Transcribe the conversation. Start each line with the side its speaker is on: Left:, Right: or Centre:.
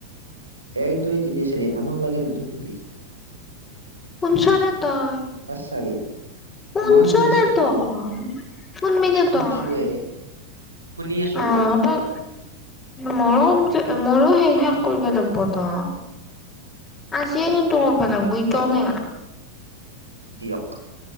Right: এক দুই তিনি চাৰি আমাক লাগে নতুন সিপি।
Left: শুনছনে তই।
Right: চাৰি
Left: শুনছোনো
Right: মই শুনিছো
Left: তই
Right: কক
Left: শুনবিনো
Right: শুনছোৱে
Left: তই
Right: শুনি আছো
Left: অ তই, ময়ো কম যে মোৰো শে শেষ কৰিব লাগবটো ।আজিয়ে কিন্তু ক বা লাগবো ইটাও
Right: হ'ব
Left: নাই
Right: দিয়ক ।